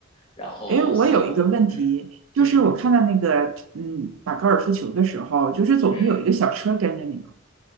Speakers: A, on the left; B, on the right.
A: 然后三五嗯嗯
B: 哎，我有一个问题，就是我看到那个，嗯，打高尔夫球的时候，就是总是有一个小车跟着你嘛。
A: 嗯。